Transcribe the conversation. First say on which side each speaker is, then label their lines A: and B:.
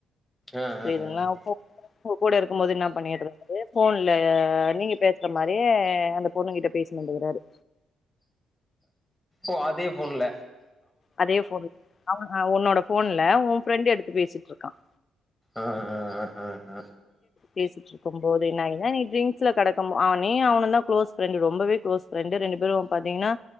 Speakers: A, in the centre; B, on the left (about 40°).
A: ஆ ஆ
B: தெரியதுங்களா
A: ஆ
B: உங்க கூட இருக்கும் போது என்ன பண்ணிடுற அ போன்ல நீங்க பேசுற மாதிரியே அந்த பொண்ணு கிட்ட பேசிட்டு வந்துருக்காரு
A: ஓ அதே போன்ல
B: அதே போன் அவ உன்னோட போன்ல உன் ஃப்ரெண்ட் எடுத்து பேசிட்டு இருக்கான்
A: ஆஹ் உஹ்ஹ ஆஹ்ஹ
B: பேசிட்டு இருக்கும் போது என்ன ஏன்னா நீ ட்ரிங்க்ஸ்ல கிடக்கும் அவனே அவன தான் கு்ளோஸ் ஃப்ரெண்டு ரொம்பவே கு்ளோஸ் ஃப்ரெண்டு ரெண்டு பேரும் பாாரத்தீங்கன்னா